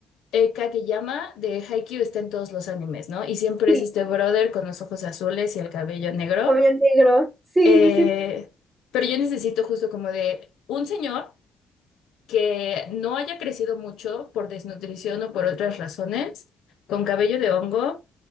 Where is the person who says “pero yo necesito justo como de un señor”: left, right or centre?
Left